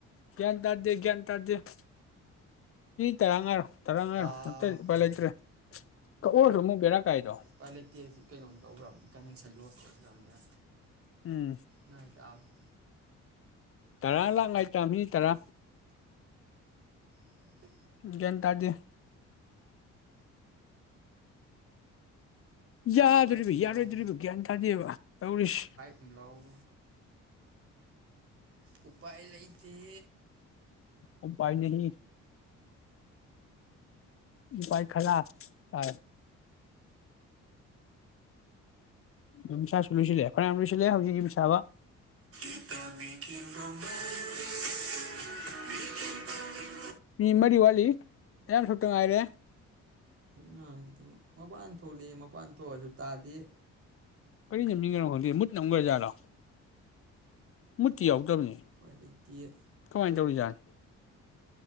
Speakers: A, on the left (about 45°); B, on the right (about 50°).
A: ꯒ꯭ꯌꯥꯟ ꯇꯥꯗꯦ ꯒ꯭ꯌꯥꯟ ꯇꯥꯗꯦ ꯀ ꯇꯔꯥ ꯉꯔꯣ ꯇꯔꯥꯉꯥꯏꯔꯣ
B: ꯇꯥꯕ꯭ꯔꯣ
A: ꯑꯇꯩ ꯂꯨꯄꯥꯏ ꯂꯩꯇ꯭ꯔꯦ ꯀꯛꯑꯣꯔꯁꯨ ꯑꯃꯨꯛ ꯕꯦꯔꯥ ꯀꯥꯏꯗꯣ
B: ꯎꯄꯄꯥꯥꯏ ꯂꯩꯇꯦ ꯑꯁꯤ ꯀꯩꯅꯣꯝ ꯇꯧꯈ꯭ꯔꯕꯅꯤ ꯀꯅꯦꯛꯁꯟ ꯂꯣꯁ ꯑꯣꯏꯈ꯭ꯔꯕꯅꯤꯅ
A: ꯎꯝ
B: ꯉꯥꯏ ꯇꯥꯕꯅꯤ
A: ꯇꯔꯥ ꯂꯥꯛ ꯉꯏꯇꯥ ꯃꯤ ꯇꯔꯥ
B: ꯎ
A: ꯒꯦꯟ ꯇꯔꯗꯤ ꯌꯥꯗꯣꯔꯤꯕ
B: ꯎꯄꯥꯏ ꯎꯝꯂꯧ
A: ꯌꯥꯔꯣꯏꯗꯣꯔꯤꯕ ꯒ꯭ꯌꯥꯟ ꯇꯥꯗꯦꯕ ꯇꯧꯔꯤꯁꯤ
B: ꯝꯂꯥꯎ ꯎꯄꯥꯏ ꯂꯩꯇꯦ
A: ꯑꯣ ꯄꯥꯏꯅꯦ ꯎꯄꯥꯏ ꯈꯂ ꯑ ꯑꯗꯨꯝꯁꯥꯁꯨ ꯂꯣꯏꯁꯤꯜꯂꯦ ꯍꯔꯌꯥꯝ ꯌꯥꯝ ꯂꯣꯏꯁꯤꯜꯂꯦ ꯍꯧꯛꯀꯤ ꯃꯤꯁꯥꯕ
B: <unintelligible>
A: ꯃꯤ ꯃꯔꯤ ꯋꯥꯠꯂꯤ ꯌꯥꯝ ꯁꯨꯇ ꯉꯥꯏꯔꯦ
B: ꯉꯥꯡꯕꯗꯤ ꯃꯄꯥꯟ ꯊꯣꯛꯂꯑ ꯃꯄꯥꯟ ꯊꯣꯛꯑꯁꯨ ꯇꯥꯜꯂꯤ
A: ꯀꯔꯤ ꯅ ꯃꯤꯒꯅꯣ ꯈꯪꯗꯦ ꯃꯨꯠ ꯅꯝꯈ꯭ꯔ ꯖꯥꯠꯔꯣ ꯃꯨꯠꯇꯤ ꯌꯥꯎꯗꯕꯅꯤ
B: ꯄꯂꯤꯛꯇ
A: ꯀꯃꯥꯏꯟ ꯇꯧꯔꯤꯖꯥꯠ